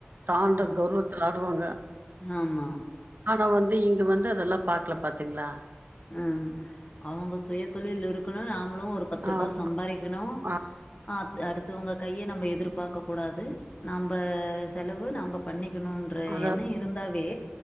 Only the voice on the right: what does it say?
தான்ற
கர்வத்துல ஆடுவாங்க
ஆனா வந்து இங்க வந்து அதெல்லா பாக்ல பாத்தீங்ளா
ஆமா
ஆ
அதாவது